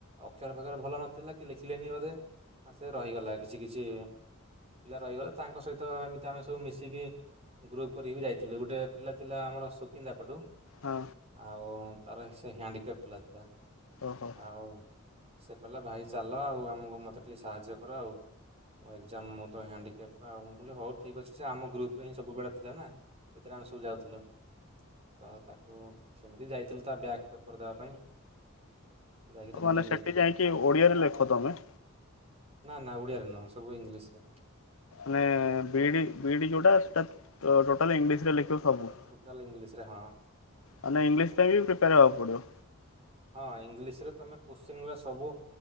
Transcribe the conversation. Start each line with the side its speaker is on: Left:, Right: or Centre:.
Right: ଅକ୍ଷର ଫକ୍ଷର ଭଲ ନଥିଲା କି ଲେଖିଲେନି ବୋଧେ ଆ ସେ ରହିଗଲା କିଛି କିଛି ପିଲା ରହିଗଲେ, ତାଙ୍କ ସହିତ ଏମିତି ଆମେ ସବୁ ମିଶିକି ଗ୍ରୁପ୍ କରିକି ବି ଯାଇଥିଲୁ, ଗୋଟେ ପିଲା ଥିଲା ଆମର ସୁକିନ୍ଦା ପଟୁ।
Left: ହଁ।
Right: ଆଉ ତାର ସେ ହ୍ୟାଣ୍ଡିକେପ୍ଟ ପିଲା ଥିଲା
Left: ଓହୋ
Right: ଆଉ ସେ କହିଲା ଭାଇ ଚାଲ ଆଉ ଆମକୁ ମୋତେ ଟିକିଏ ସାହାଯ୍ୟ କର ଆଉ। ମୋ ଏକ୍ଜାମ ମୁଁ ତ ହ୍ୟାଣ୍ଡିକେପ୍ଟ ଆଉ, ମୁଁ କହିଲି ହଉ ଠିକ୍ ଅଛି ସେ ଆମ ଗ୍ରୁପରେ ହିଁ ସବୁବେେଳେ ଥିଲା ନା। ସେଥିରେ ଆମେ ସବୁ ଯାଉଥିଲୁ ତ ତାକୁ ଏମିତି ଯାଇଥିଲୁ ତା ବ୍ୟାକ୍ ପେପର <unintelligible> ପାଇଁ। ଯାଇକି ତାକୁ
Left: ଓ ମାନେ
Right: ନେଇକି
Left: ସେଠି
Right: ଯାଇଥିଲୁ
Left: ଯାଇଁକି ଓଡିଆରେ ଲେଖ ତମେ?
Right: ନା ନା ଓଡିଆରେ ନୁହଁ ସବୁ ଇଂଲିଶ୍ ରେ।
Left: ମାନେ ବିଇଡି ବିଇଡି ଯୋଉଟା ସେଟା <unintelligible> ଟୋଟାଲ୍ ଇଂଲିଶ୍ ରେ ଲେଖିବ ସବୁ?
Right: ଟୋଟାଲ୍ ଇଂଲିଶ୍ ରେ ହଁ।
Left: ମାନେ ଇଂଲିଶ୍ ପାଇଁ ବି ପ୍ରିପାର ହବାକୁ ପଡିବ।
Right: ହଁ ଇଂଲିଶ୍ ରେ ତମେ କୋଶ୍ଚିନ୍ <unintelligible> ସବୁ